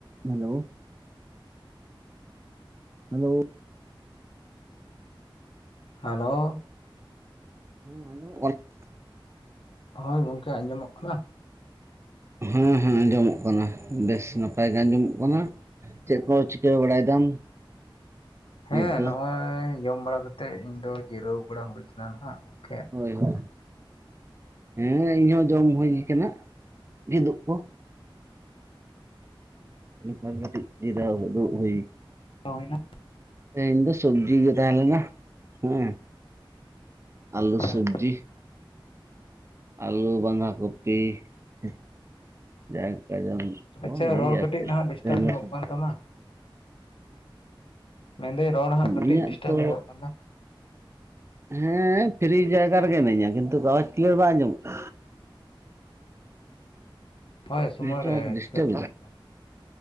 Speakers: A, on the right; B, on the left.
A: Hello hello
B: hello
A: ᱦᱩᱸ ᱟᱸᱡᱚᱢᱚᱜ ᱠᱟᱱᱟ ᱾
B: ᱦᱳᱭ ᱜᱚᱝᱠᱮ ᱟᱸᱡᱚᱢᱚᱜ ᱠᱟᱱᱟ ᱾
A: ᱦᱮᱸ ᱦᱮᱸ ᱟᱸᱡᱚᱢᱚᱜ ᱠᱟᱱᱟ ᱵᱮᱥ ᱱᱟᱯᱟᱭ ᱜᱮ ᱟᱸᱡᱚᱢᱚᱜ ᱠᱟᱱᱟ ᱾ ᱪᱮᱫ ᱠᱚ ᱪᱤᱠᱟᱹ ᱵᱟᱲᱟᱭ ᱫᱟᱢ?
B: ᱦᱮᱸ
A: ᱱᱤᱛ ᱫᱚ
B: ᱱᱚᱜᱼᱚᱭ ᱡᱚᱢ ᱵᱟᱲᱟ ᱠᱟᱛᱮᱜ ᱤᱧ ᱫᱚ ᱡᱤᱨᱟᱹᱣ ᱵᱟᱲᱟ ᱦᱩᱭ ᱠᱟᱱᱟ ᱱᱟᱦᱟᱸᱜ ᱾
A: ᱦᱳᱭ ᱦᱳᱭ ᱦᱮᱸ ᱤᱧ ᱦᱚᱸ ᱡᱚᱢ ᱦᱩᱭ ᱟᱠᱟᱱᱟ ᱠᱤᱫᱩᱵ ᱠᱚ, <unintelligible> ᱠᱟᱹᱴᱤᱡ ᱡᱤᱨᱟᱹᱣ ᱫᱩᱲᱩᱵ ᱦᱩᱭ
B: ᱳᱭᱻ ᱱᱟ ᱾
A: ᱛᱮᱦᱮᱧ ᱫᱚ ᱥᱚᱵᱡᱤ ᱜᱮ ᱛᱟᱦᱮᱸ ᱞᱮᱱᱟ ᱦᱮᱸ ᱟᱹᱞᱩ
B: ᱦᱮᱸ
A: ᱥᱚᱵᱡᱤ ᱾ ᱟᱞᱩ ᱵᱟᱱᱫᱟ ᱠᱩᱯᱤ ᱾ ᱡᱟᱠᱟ ᱡᱚᱢ ᱠᱚ
B: ᱟᱪᱪᱷᱟ
A: ᱞᱮᱭ
B: ᱨᱚᱲ
A: ᱟᱨ
B: ᱠᱟᱹᱴᱤᱡ
A: ᱪᱮᱫ
B: ᱱᱟᱦᱟᱜ ᱰᱤᱥᱴᱟᱵᱽ
A: <unintelligible>
B: ᱧᱚᱜᱚᱜ ᱠᱟᱱ ᱛᱟᱢᱟ ᱢᱮᱱᱫᱟᱹᱧ ᱨᱚᱲ ᱦᱟᱸ ᱠᱟᱹᱴᱤᱡ
A: ᱤᱧᱟᱹᱜ
B: ᱰᱤᱥᱴᱟᱵᱽ
A: ᱛᱚ
B: ᱧᱚᱜᱚᱜ ᱠᱟᱱᱫᱚ ᱾
A: ᱦᱮᱸ ᱯᱷᱤᱨᱤ ᱡᱟᱭᱜᱟ ᱨᱮᱜᱮ ᱦᱮᱱᱟᱹᱧᱟ ᱠᱤᱱᱛᱩ ᱨᱚᱲ <unintelligible> ᱠᱞᱤᱭᱟᱨ ᱵᱟᱝ ᱟᱡᱚᱢᱚᱜ ᱠᱟᱱ
B: ᱯᱷᱚᱭ ᱥᱚᱢᱚᱭ
A: ᱱᱮᱴᱣᱟᱨᱠ
B: ᱨᱮ
A: ᱰᱤᱥᱴᱟᱵ
B: ᱪᱤᱠᱟᱹᱜ ᱠᱟᱱᱟ ᱾